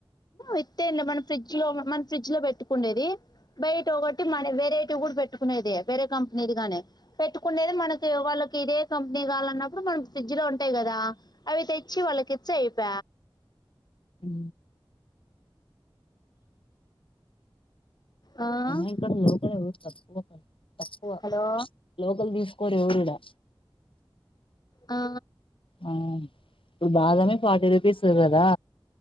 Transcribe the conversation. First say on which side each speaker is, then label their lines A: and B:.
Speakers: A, on the left; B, on the left.
A: ఇత్తే అండి మన ఫ్రిడ్జ్ లో మన ఫ్రిడ్జ్ లో పెట్టుకుండేది బయట ఒకటి మన వేత్ రేటు కూడా పెట్టుకునేది వేరే కంపెనీది గాని పెట్టుకునేది మనకి వాళ్ళకి ఇదే కంపెనీ కావాలన్నప్పుడు మనం ఫ్రిడ్జ్ లో ఉంటాయి కదా అవి తెచ్చి వాళ్ళకి చెయిప
B: ఉ
A: ఆ
B: ఏమో ఇక్కడ లోకల్ ఎవర్ తక్కువ తక్కువ
A: హలో
B: లోకల్ దిస్ కొరి ఊరుడా
A: ఆ
B: ఆన్ ఇప్పుడు బాదమే ఫార్టీ రుపీస్ గదా